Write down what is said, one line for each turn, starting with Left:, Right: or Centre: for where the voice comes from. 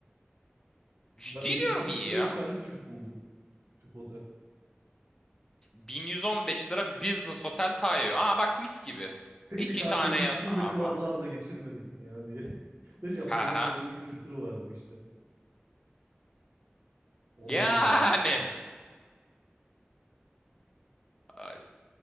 Left: Ciddi
Right: Ben bin
Left: diyorum
Right: iki yüz
Left: iyi
Right: liraya
Left: ya.
Right: bir tane tüp buldum. Tüp otel.
Left: 1115 lira Business Hotel Taiyo. Aa bak mis gibi.
Right: Peki
Left: İki
Right: kanka
Left: tane
Right: üç
Left: yatağı
Right: günde klablarda
Left: var.
Right: geçirmedik mi ya diye. <laughs> De Japonya'da
Left: Ha ha.
Right: öyle bir kültürü var mı işte. Onu
Left: Yani.
Right: da bir öğrenmek lazım.
Left: Ay,